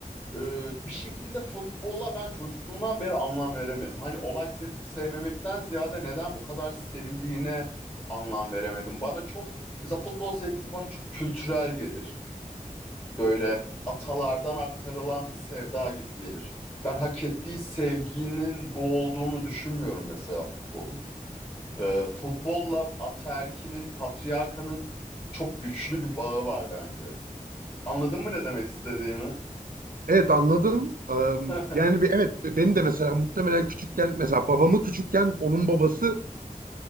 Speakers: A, on the left; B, on the right.
A: Ee, bir şekilde futbola ben çocukluğumdan beri anlam veremedim. Hani olay sevip sevmemekten ziyade neden bu kadar sevildiğine anlam veremedim. Bana çok mesela futbol sevgisi bana çok kültürel gelir. Böyle atalardan aktarılan bir sevda gibi gelir. Ben hak ettiği sevginin bu olduğunu düşünmüyorum mesela futbolun. Ee, futbolla ataerkinin, patriarkanın çok güçlü bir bağı var bence. Anladın mı ne demek istediğimi?
B: Evet anladım. Am,
A: <laughs>
B: Yani bir evet beni de mesela muhtemelen küçükken mesela babamı küçükken onun babası